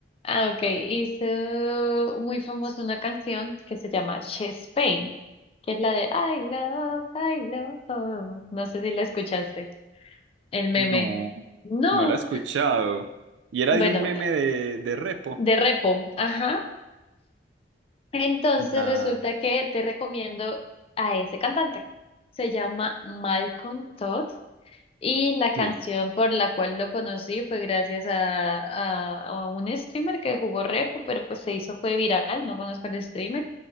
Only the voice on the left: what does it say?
Ah, ok. Hizo muy famosa una canción que se llama She's Pain, que es la de I love, I love. you". No sé si la escuchaste. El meme.
No.
Bueno,
de repo. Ajá. Entonces
resulta que te recomiendo a ese cantante. Se llama Malcolm Todd Y la canción
por la cual lo conocí fue gracias a, a, a un streamer que jugó repo, pero pues se hizo, fue viral, no conozco el streamer.